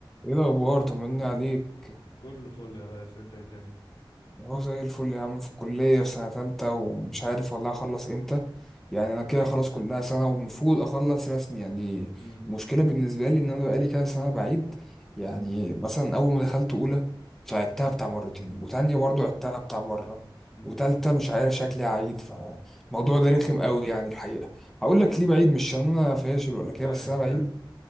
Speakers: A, in the centre; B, on the left.
A: ايه الاخبار طمني عليك
B: كله فل يا ريس انت إيه الدنيا
A: اهو زي الفل يا عم في الكليه في سنه تالتة ومش عارف والله هخلص امتى يعني انا كده خلاص كلها سنه ومفروض اخلص رسمي يعني
B: امم
A: المشكله بالنسبه لي ان انا بقالي كده سنه بعيد يعني
B: امم
A: مثلا اول ما دخلت اولى فعدتها بتاع مرتين وتانية برضو عدتها بتاع مره
B: امم
A: وتالتة مش عارف شكلي هعيد فالموضوع ده رخم قوي يعني الحقيقه هقول لك ليه بعيد مش عشان انا فاشل ولا كده
B: فاهم
A: بس انا بعيد
B: فاهم